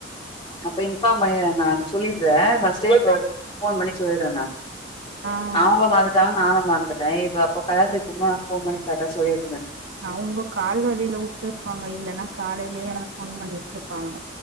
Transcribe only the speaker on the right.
ஆ
அவுங்க கால்வலில வுட்டுருப்பாங்க இல்லன்னா காலையிலயே எனக்கு ஃபோன் பண்ணிட்டு இருப்பாங்க